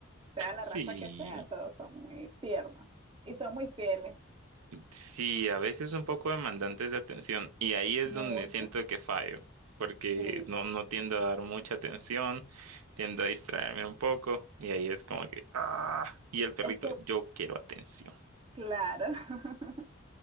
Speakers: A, on the right; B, on the right.
A: Sea la
B: Sí,
A: raza que sea, todos son muy tiernos. Y son muy fieles.
B: sí, a veces un poco demandantes de atención y ahí es
A: Mucho.
B: donde siento que fallo, porque
A: Sí.
B: no, no tiendo a dar mucha atención, tiendo a distraerme un poco y ahí es como que, ah, y el perrito,
A: Es que,
B: yo quiero atención.
A: claro. <laughs>